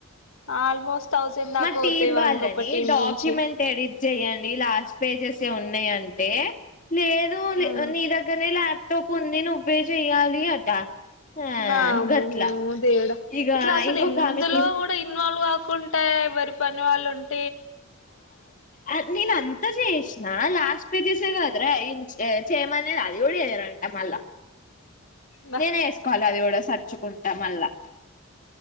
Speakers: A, on the left; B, on the left.
A: ఆల్మోస్ట్ థౌజండ్ దాకా
B: మా
A: అవుతాయి
B: టీం
A: వానికి
B: వాళ్ళని
A: ఒక టీం
B: డాక్యుమెంట్
A: నుంచి
B: ఎడిట్ చెయ్యడి లాస్ట్ పేజెస్ ఏ ఉన్నాయి అంటే లేదు లే
A: ఉమ్
B: నీ దగ్గరనే లాప్ లాప్టాప్ ఉంది నువ్వే చెయ్యాలి అట ఆ
A: వామ్మో
B: గట్లా
A: దేవుడా
B: ఇక
A: ఇట్లా అసలు
B: ఇంకొక
A: ఎందులో
B: ఆమె టీం
A: కూడా ఇ ఇన్వాళ్ళు కాకుంట ఎవరి పని వాళ్ళుంట
B: ఆ నీను అంత చేేష్నా లాస్ట్ పేజెస్ కదర ఇన్ చయమనది అది కూడా చేయారంట మల్ల
A: బా
B: నేనే ఎసుకోవాల అది కూడా స నచ్చుకుంటాం మల్లా